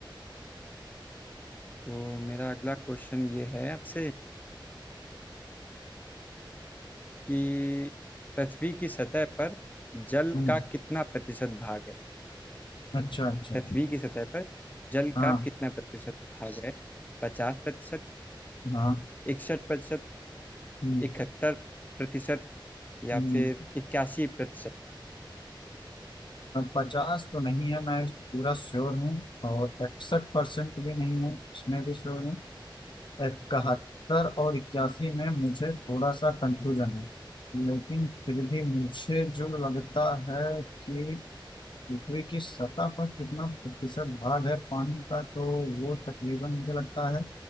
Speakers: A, on the left; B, on the left.
A: तो मेरा अगला क्वेश्चन ये है आपसे कि पृथ्वी की सतह पर जल
B: हम्म,
A: का कितना प्रतिशत भाग है
B: अच्छा अच्छा
A: पृथ्वी की सतह पर जल
B: हाँ
A: का कितना प्रतिशत भाग है पचास प्रतिशत
B: हाँ
A: इकसठ प्रतिशत
B: हम्म,
A: इकहत्तर प्रतिशत या
B: हम्म,
A: फिर इक्यासी प्रतिशत
B: पचास तो नहीं है मैं पूरा श्योर हूँ और इकसठ परसेंट भी नहीं है इसमें भी श्योर हूँ इकहत्तर और इक्यासी में मुझे थोड़ा सा कंफ्यूजन है लेकिन फिर भी मुझे जो लगता है कि पृथ्वी की सतह पर कितना प्रतिशत भाग है पानी का तो वो तकरीबन मुझे लगता है